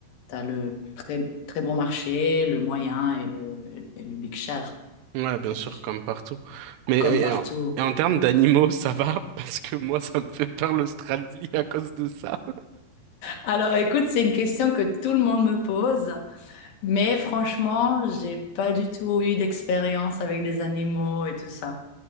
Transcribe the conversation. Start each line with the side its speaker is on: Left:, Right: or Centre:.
Left: t'as le très, très bon marché, le moyen et le, et le big cher.
Right: Ouais, bien
Left: Ça,
Right: sûr,
Left: c'est sûr.
Right: comme partout. Mais
Left: Comme
Right: euh, et
Left: partout.
Right: en, et en termes d'animaux, ça va <laughs> parce que moi, ça me fait peur l'Australie à cause de ça.
Left: Alors écoute, c'est une question que tout le monde me pose, mais franchement, j'ai pas du tout eu d'expérience avec des animaux et tout ça.